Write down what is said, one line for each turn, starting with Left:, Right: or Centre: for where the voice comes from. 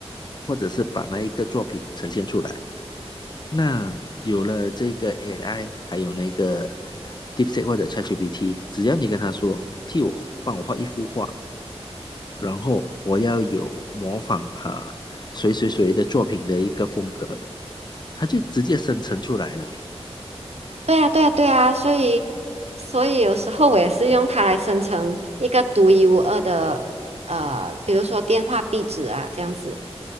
Left: 或者是把那一个作品呈现出来。那有了这个 AI，还有那个 DeepSeek 或者 ChatGPT，只要你跟他说替我帮我画一幅画，然后我要有模仿呃谁谁谁的作品的一个风格，他就直接生成出来了。
Right: 对呀，对呀，对呀，所以，所以有时候我也是用它来生成一个独一无二的，呃，比如说电话壁纸啊，这样子。